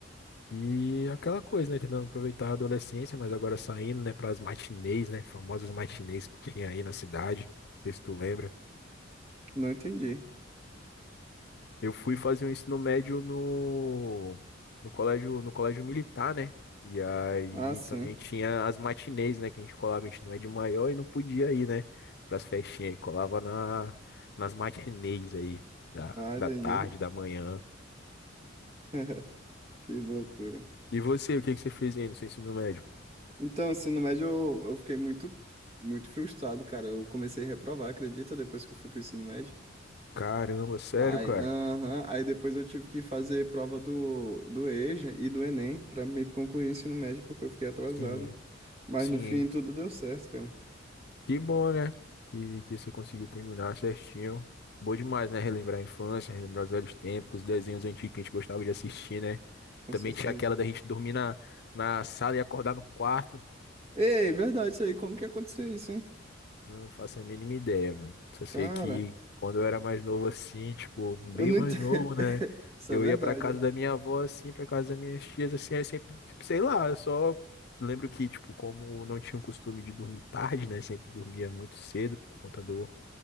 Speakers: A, on the left (about 60°); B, on the right (about 30°).
A: E aquela coisa, né? Tentando aproveitar a adolescência, mas agora saindo, né, para as matinês, né? Famosas matinês que tinha aí na cidade. Não sei se tu lembra.
B: Não entendi.
A: Eu fui fazer o ensino médio no, no colégio, no colégio militar, né? E aí
B: Ah, sim.
A: também tinha as matinês, né? Que a gente colava, a gente não é de maior e não podia ir, né? Pras festinhas aí, colava na, nas matinês aí, da,
B: Ah,
A: da
B: entendi.
A: tarde, da manhã.
B: <laughs> Que loucura.
A: E você, o que que você fez aí no seu ensino médio?
B: Então, ensino médio, eu, eu fiquei muito, muito frustrado, cara. Eu comecei a reprovar, acredita, depois que eu fui pro ensino médio.
A: Caramba, sério,
B: Aí,
A: cara?
B: aham, aí depois eu tive que fazer prova do, do EJA e do Enem pra me concluir o ensino médio, porque eu fiquei atrasado.
A: Sim,
B: Mas
A: sim.
B: no fim tudo deu certo, cara.
A: Que bom, né? Que, que você conseguiu terminar certinho. Bom demais, né? Relembrar a infância, relembrar os velhos tempos, desenhos antigos que a gente gostava de assistir, né?
B: Com
A: Também
B: certeza.
A: tinha aquela da gente dormir na, na sala e acordar no quarto.
B: Ei, verdade isso aí. Como que aconteceu isso, hein?
A: Não faço a mínima ideia, mano. Só sei
B: Cara,
A: que quando eu era mais novo assim, tipo, bem
B: eu não
A: mais
B: entendo.
A: novo,
B: <laughs>
A: né?
B: Isso
A: Eu
B: é verdade,
A: ia pra casa
B: ó.
A: da minha avó, assim, pra casa das minhas tias, assim, aí sempre, tipo, sei lá, eu só lembro que, tipo, como não tinha o costume de dormir tarde, né? Sempre dormia muito cedo por conta do